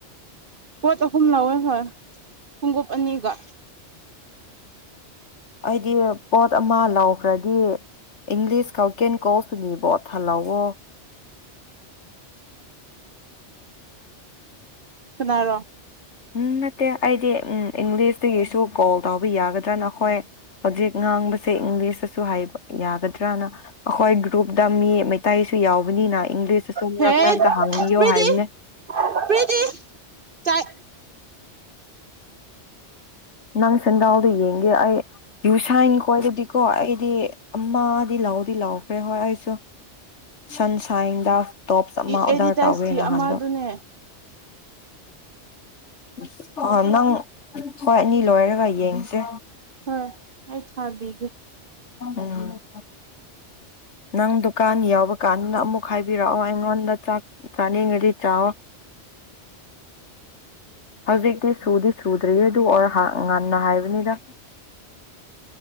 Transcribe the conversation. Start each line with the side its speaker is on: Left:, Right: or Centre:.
Right: ꯄꯣꯠ ꯑꯣ ꯍꯨꯝ ꯂꯧꯋꯦ ꯍꯣꯏ ꯈꯣꯡꯉꯨꯞ ꯑꯅꯤꯒ
Left: ꯑꯩꯗꯤ ꯄꯣꯠ ꯑꯃ ꯂꯧꯈ꯭ꯔꯗꯤ ꯏꯪꯂꯤꯁ ꯀꯧ ꯀꯦꯟ ꯀꯣꯁꯨꯅꯤꯕꯣ ꯊꯜꯍꯛꯋ
Right: ꯁꯅꯥꯔꯣ
Left: ꯎꯝ ꯅꯠꯇꯦ ꯑꯩꯗꯤ ꯎꯝ ꯏꯪꯂꯤꯁꯇꯒꯤꯁꯨ ꯀꯣꯜ ꯇꯧꯕ ꯌꯥꯒꯗ꯭ꯔꯅ ꯑꯩꯈꯣꯏ ꯍꯧꯖꯤꯛ ꯉꯥꯡꯕꯁꯦ ꯏꯪꯂꯤꯁꯇꯁꯨ ꯍꯥꯏꯕ ꯌꯥꯒꯗ꯭ꯔꯅ ꯑꯩꯈꯣꯏ ꯒ꯭ꯔꯨꯞꯇ ꯃꯤ ꯃꯩꯇꯩ ꯌꯥꯎꯕꯅꯤꯅ ꯏꯪꯂꯤꯁꯇꯁꯨ
Right: ꯍꯦ
Left: ꯃꯔꯛ ꯃꯔꯛꯇ ꯍꯥꯡꯉꯌꯣ
Right: ꯄ꯭ꯔꯤꯇꯤ
Left: ꯍꯥꯏꯕꯅꯦ
Right: ꯄ꯭ꯔꯤꯇꯤ ꯆꯥꯛ
Left: ꯅꯪ ꯁꯦꯟꯗꯥꯎꯗꯣ ꯌꯦꯡꯒꯦ ꯑꯩ ꯌꯨꯁꯥꯏꯟ ꯀꯣꯏꯔꯗꯤꯀꯣ ꯑꯩꯗꯤ ꯑꯃꯗꯤ ꯂꯥꯎꯗꯤ ꯂꯥꯎꯈ꯭ꯔꯦ ꯍꯣꯏ ꯑꯩꯁꯨ ꯁꯟ ꯇꯣꯞ ꯑꯃ ꯑꯣꯗꯔꯥ
Right: ꯑꯦꯗꯤꯗꯥꯁꯀꯤ
Left: ꯇꯧꯋꯦ ꯅꯍꯟꯗꯣ
Right: ꯑꯃꯗꯨꯅꯦ
Left: ꯑ <unintelligible> ꯑ ꯅꯪ ꯍꯣꯏ ꯑꯅꯤ ꯂꯣꯏꯔꯒ ꯌꯦꯡꯁꯦ
Right: ꯍꯣꯏ ꯑꯩ ꯊꯥꯕꯤꯒꯦ
Left: ꯎꯝ ꯅꯪ ꯗꯨꯀꯥꯟ ꯌꯥꯎꯕ ꯀꯥꯟꯗ ꯑꯃꯨꯛ ꯍꯥꯏꯕꯤꯔꯛꯑꯣ ꯑꯩꯉꯣꯟꯗ ꯆꯥꯛ ꯆꯥꯅꯤꯡꯉꯗꯤ ꯆꯥꯛꯑꯣ꯫ ꯍꯧꯖꯤꯛꯇꯤ ꯁꯨꯗꯤ ꯁꯨꯗ꯭ꯔꯤꯌꯦ ꯑꯗꯨ ꯑꯣꯔ ꯉꯟꯅ ꯍꯥꯏꯕꯅꯤꯗ